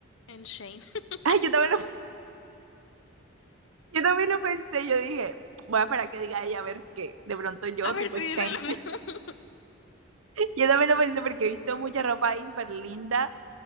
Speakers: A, on the left (about 70°); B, on the right (about 80°).
A: en Shane.
B: <laughs>
A: <laughs>
B: Ay, yo también lo Yo también lo pensé, yo dije, voy a esperar que diga ella a ver qué. De pronto yo,
A: A ver
B: tipo
A: si
B: Shane.
A: dicen lo mismo.
B: Yo también lo pensé porque he visto mucha ropa ahí súper linda